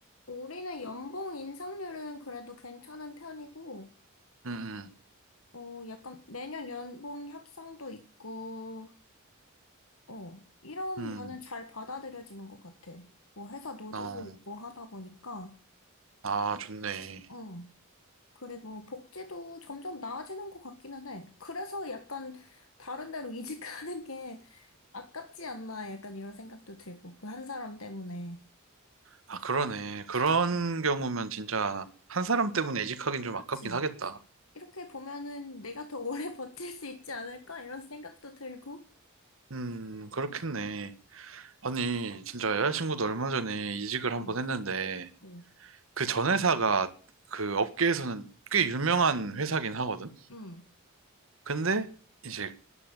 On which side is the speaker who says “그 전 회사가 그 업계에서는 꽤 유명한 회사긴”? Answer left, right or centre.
Right